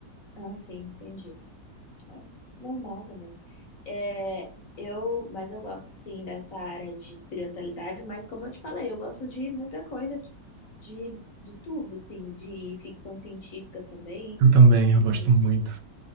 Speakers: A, on the left; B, on the right.
A: Ah, sim, entendi. É, normal também. É, eu, mas eu gosto, sim, dessa área de espiritualidade, mas como eu te falei, eu gosto de muita coisa, de, de de tudo, assim, de ficção científica também.
B: Eu também, eu
A: E,
B: gosto muito.